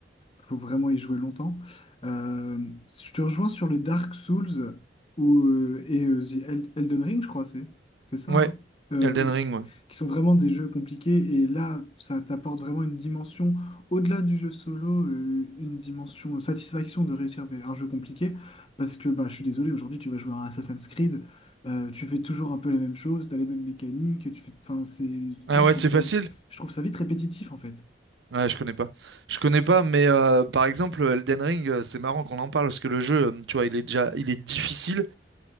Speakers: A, on the left (about 30°); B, on the right (about 80°).
A: faut vraiment y jouer longtemps. Euh, je te rejoins sur le Dark Souls ou, euh, et euh, The El- Elden Ring, je crois, c'est c'est ça,
B: Ouais,
A: hein, euh,
B: Elden
A: ou qui,
B: Ring, ouais.
A: qui sont vraiment des jeux compliqués. Et là, ça t'apporte vraiment une dimension, au-delà du jeu solo, euh, une dimension satisfaction de réussir des- un jeu compliqué. Parce que bah, je suis désolé, aujourd'hui, tu vas jouer à un Assassin's Creed, euh, tu fais toujours un peu les mêmes choses, tu as les mêmes mécaniques. Tu fais, enfin, c'est, moi,
B: Ah
A: je
B: ouais,
A: trouve
B: c'est
A: ça,
B: facile.
A: je trouve ça vite répétitif, en fait.
B: Ouais, je connais pas. Je connais pas, mais euh, par exemple, Elden Ring, euh, c'est marrant qu'on en parle parce que le jeu, euh, tu vois, il est déjà, il est difficile.